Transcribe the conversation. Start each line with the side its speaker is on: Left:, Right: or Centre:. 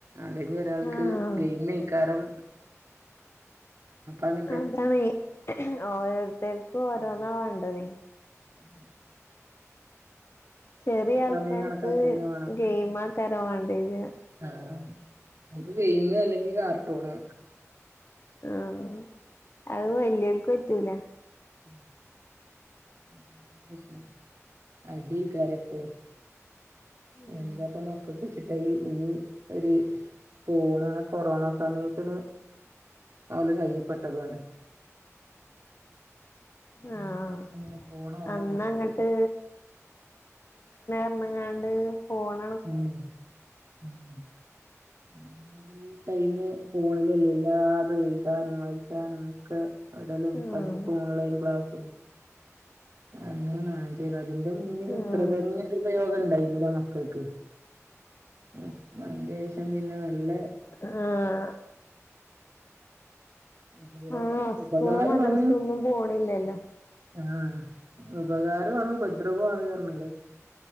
Right: അല്ലെങ്കിൽ ഒരാൾക്ക്
Left: ആഹ്
Right: ഗെയിമെയ്ക്കാരം അങ്ങ
Left: അതാണ് ഓരോരുത്തർക്കും ഓരോന്നാ വേണ്ടത്
Right: ആ
Left: ചെറിയ ആൾക്കാർക്ക്
Right: സമയം കണക്കാക്കന്നെ വേണം
Left: ഗെയിമാക്കാര വാണ്ടിത്
Right: ആഹ് ഒര് ഗയിം അല്ലെങ്കിൽ കാർട്ടൂണ്
Left: ആഹ് അത് വല്ല്യോൽക്ക് പറ്റൂല
Right: ഉം അതാണ് പ്രശ്നം അടിയ്കാരം എപ്പളും
Left: ഉം
Right: എന്താപ്പ മക്കൾക്ക് വെച്ചിട്ടായി ഒരു ഒര് ഫോണ് ണ് കൊറോണ സമയത്തിന് അവല കയ്യിപ്പെട്ടതാണ് എന്നേശഷം
Left: ആഹ്
Right: പിന്നെ ഫോണ് ഓലെ
Left: അന്നങ്ങട്ട്
Right: പോലെയായി
Left: പോയാണ്ട് ഫോൺ
Right: ഉം ഉം അന്ന് ഈ ടൈമ ഫോണിലല്ല എല്ലാതും എഴുതാനും വായിക്കാനും ഒക്കെ എവിടലും
Left: ഉം
Right: പഠിപ്പും ഓൺലൈൻ ക്ലാസ്സും അങ്ങനായത് അതിന്റെ മുന്നന്നും
Left: ഉം
Right: ഇത്രതന്നെ ഒരുപയോഗം ഉണ്ടായിന്നില്ല മക്കൾക്ക് ഉം ഇപ്പയിന്റെഷം പിന്നെ നല്ലേ
Left: അഹ് ആഹ്
Right: ഉപയോഗം
Left: ആഹ്
Right: ഉപകാരാണ്
Left: സ്കൂളും മദ്രസും ഒന്നും പോണില്ലല്ലോ
Right: ആഹ് ഉപകാരവാണ് ഉപദ്രവവാണ് അർഞ്ഞിലെ